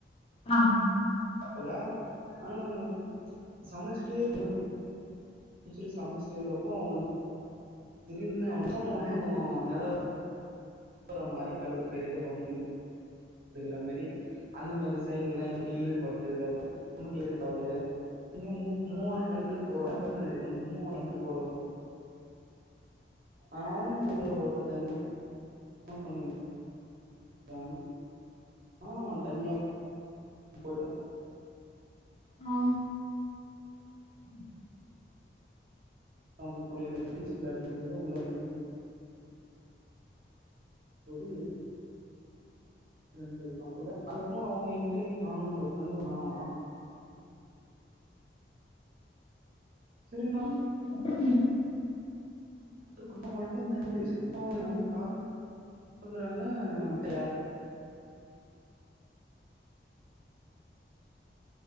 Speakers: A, on the left; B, on the right.
A: ஆ அ
B: ஹலோ ஆனா நாங்க சமைச்சுட்டு அப்டே கு குளிச்சுட்டு சமைச்சட்டு இருக்கப்போ அவுங்க வந் திடிர்னு <inaudible> போன ஒன்னுயு நெலவ போற மாரி கல்ல தூக்கி எரிறது வம்பிழுக்க மாதி அந்த மாதி செயிட் எல்லா என்கிட்ட ஈடுபட்டதுக்கப்றோ நம்ம கேட்க தவல கொஞ்சோ மூவான் பன் போறோ விருக்கு மூவான் பட்டு போறோ அவுணுங்க <unintelligible> ஒருத்த பண்ணிரு <unintelligible> ஆ தனியா போய்ட
A: ம் ம்
B: உக்காந்து குளிக்க போட்டு நீச்சல் அடிக்க முடியாத உள்ள <inaudible> <unintelligible> வெள்ள வந்துட்டு இருக்கான் போல அதுக்கப்றோம அவுங்க எங்கிட்ட காணு எங்க ஃப்ரெண்டுண்ண அவ காணு சரி
A: ம் அப்றோ
B: குடுக்கமாட்டோ தண்ணி குடிச்சங்க
A: ம்
B: வந்து பா பாக்குறாங்க <inaudible>